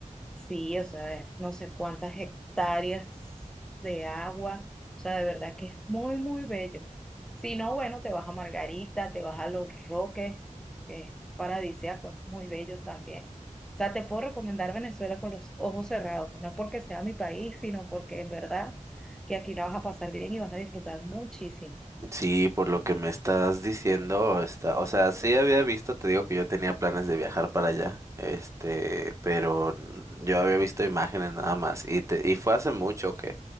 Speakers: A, in the centre; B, on the right (about 25°).
A: Sí, o sea, no sé cuántas hectáreas de agua, o sea, de verdad que es muy, muy bello. Si no, bueno, te vas a Margarita, te vas a Los Roques, que es paradisíaco, es muy bello también. O sea, te puedo recomendar Venezuela con los ojos cerrados, no porque sea mi país, sino porque en verdad que aquí la vas a pasar bien y vas a disfrutar muchísimo.
B: Sí, por lo que me estás diciendo, está, o sea, sí había visto, te digo que yo tenía planes de viajar para allá, este, pero n- yo había visto imágenes nada más y te, y fue hace mucho